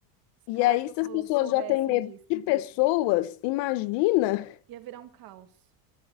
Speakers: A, on the right; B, on the left.
A: Se
B: E
A: Caso
B: aí, se as pessoas
A: soubessem
B: já têm medo
A: disso.
B: de pessoas, imagina.
A: Ia virar um caos.